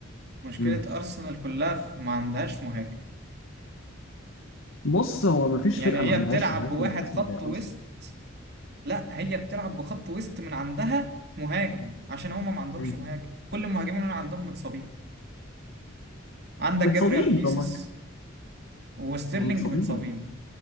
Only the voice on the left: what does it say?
امم
بص هو ما فيش
فرقه
ما عندهاش
مهاجم
يتسم
زي ارسنال
امم
متصابين
طبعا
ما هم متصابين